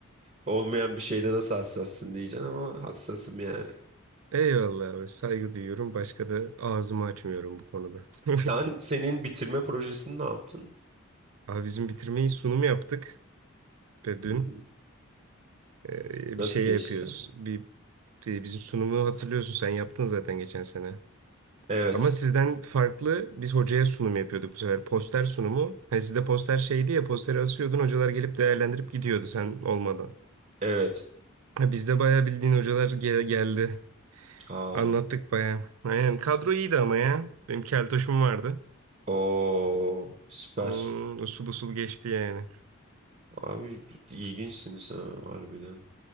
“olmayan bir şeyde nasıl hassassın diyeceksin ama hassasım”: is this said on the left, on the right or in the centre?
Right